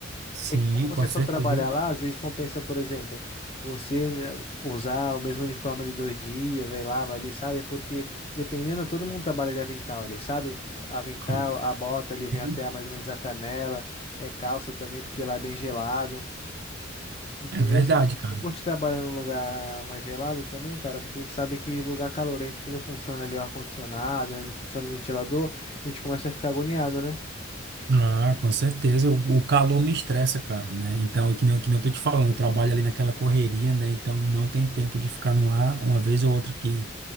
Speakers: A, on the right; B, on the left.
A: Sim,
B: É que como você
A: com
B: só
A: certeza.
B: trabalhar lá, às vezes compensa, por exemplo, você eh, usar o mesmo uniforme ali dois dias, aí lava ali, sabe? Porque dependendo, todo mundo trabalha de avental ali, sabe? Avental,
A: Com-
B: a bota ali vem
A: Sim,
B: até a- mais ou menos a canela, é calça também, porque lá é bem gelado, entendeu?
A: é verdade,
B: Se
A: cara.
B: você curte trabalhar num lugar mais gelado também, cara, porque a gente sabe que lugar calorento que não funciona ali o ar-condicionado, né? Não funciona o ventilador, a gente começa a ficar agoniado, né?
A: Ah, com certeza. O, o calor me estressa, cara, né? Então, que nem, que nem eu tô te falando, eu trabalho ali naquela correria, né? Então, não tem tempo de ficar no ar. Uma vez ou outra que,